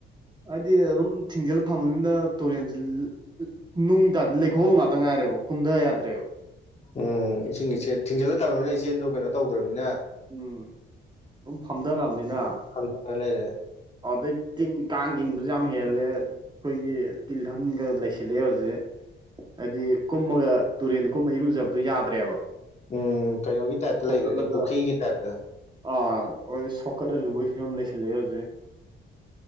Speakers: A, on the right (about 20°); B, on the left (about 35°).
A: ꯍꯥꯏꯗꯤ ꯑꯗꯨꯝ ꯊꯤꯡꯖꯤꯜꯂ ꯊꯝꯃꯃꯤꯅ ꯇꯨꯔꯦꯟꯖꯦ ꯂ ꯅꯨꯡ ꯇꯥꯗꯦ ꯂꯩꯈꯣꯝ ꯉꯥꯛꯇ ꯉꯥꯢꯔꯦꯕ ꯀꯨꯝꯗ ꯌꯥꯗ꯭ꯔꯦꯕ
B: ꯎꯝ ꯏꯁꯤꯡ ꯏꯆꯦꯟ ꯊꯤꯡꯖꯤꯜꯂ ꯊꯝꯃꯃꯤꯅ ꯏꯆꯦꯟꯗꯣ ꯀꯩꯅꯣ ꯇꯧꯗ꯭ꯔꯃꯤꯅ
A: ꯎꯝ ꯑꯗꯨꯝ ꯐꯝꯊꯔꯛꯑꯕꯅꯤꯅ
B: ꯐꯝꯗꯔ ꯂꯩꯔꯦ
A: ꯑ ꯑꯗꯩ ꯇꯤꯟ ꯀꯥꯡ ꯏꯟꯕꯖꯨ ꯌꯥꯝ ꯍꯦꯜꯂꯦ ꯑꯩꯈꯣꯢꯒꯤ ꯇꯤꯜꯍꯟꯒ ꯂꯩꯁꯤꯜꯂꯦ ꯍꯧꯖꯤꯛ ꯍꯥꯢꯗꯤ ꯀꯨꯝꯃꯒ ꯇꯨꯔꯦꯟꯗ ꯀꯨꯝꯃ ꯏꯔꯨꯖꯕꯗꯣ ꯌꯥꯗ꯭ꯔꯦꯕ
B: ꯎꯝ ꯀꯩꯅꯣꯒꯤ ꯇꯥꯏꯞꯇ
A: ꯁꯣꯛꯀꯠꯂꯒ
B: ꯂꯩꯈ꯭ꯔꯦꯅꯦ ꯄꯨꯈ꯭ꯔꯤꯒꯤ ꯇꯥꯏꯞꯇ
A: ꯑꯥ ꯍꯣꯢ ꯁꯣꯛꯀꯠꯂ ꯂꯨꯕꯒꯤ ꯐꯤꯕꯝ ꯂꯩꯁꯜꯂꯛꯑꯦ ꯍꯧꯖꯤꯛ